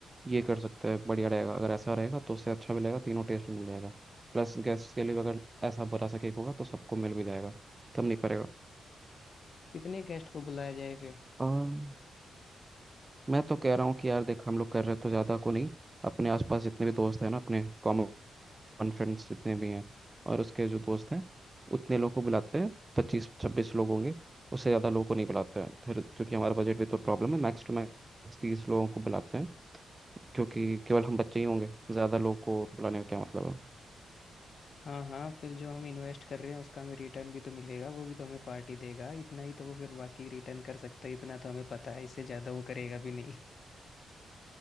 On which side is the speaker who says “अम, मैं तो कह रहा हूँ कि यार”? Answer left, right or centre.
Right